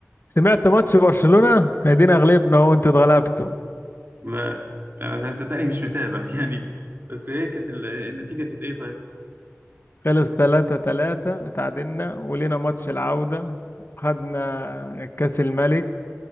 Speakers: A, on the left; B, on the right.
A: سمعت ماتش برشلونة ادينا غلبنا اهو انتوا اتغلبتوا
B: ما انا صدقني مش متابع <laughs> يعني بس ايه كانت ال- النتيجه كانت ايه طيب
A: خلص 3 3 اتعادلنا ولينا ماتش العودة وخدنا كأس الملك